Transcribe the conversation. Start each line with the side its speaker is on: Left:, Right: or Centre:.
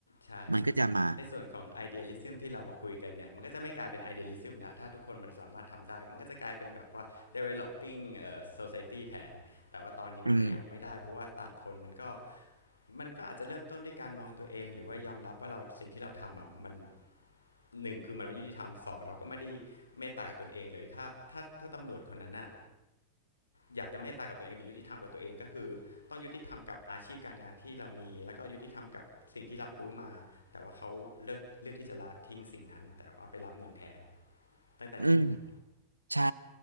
Left: ใช่
Right: มันก็จะมา
Left: ในส่วนของ idealism ที่เรามาคุยกันเนี่ยมันก็จะไม่กลายเป็น idealism แล้วถ้าทุกคนมันสามารถทำได้มันก็จะกลายเป็นแบบว่า developing เอ่อ society แทนแต่ว่าตอนนี้มันก็ยังไม่ได้เพราะว่าต่างคนมันก็
Right: อืม
Left: มันก็อาจจะเริ่มต้นด้วยการมองตัวเองหรือว่ายอมรับว่าเราสิ่งที่เราทำอ่ะมันหนึ่งคือมันไม่ยุติธรรมสองเราก็ไม่ได้เมตตากับตนเองเลยถ้าถ้าถ้าตำรวจคนนั้นน่ะ อยากจะเมตตากับตัวเองหรือยุติธรรมกับตัวเองก็คือต้องยุติธรรมกับอาชีพการงานที่เรามีแล้วก็ยุติธรรมกับสิ่งที่รับรู้มาแต่ว่าเขาเลือกเลือกที่จะละทิ้งสิ่งนั้นแต่ว่าไปรับเงินแทนตั้งแต่จุดนั้น
Right: อืม ใช่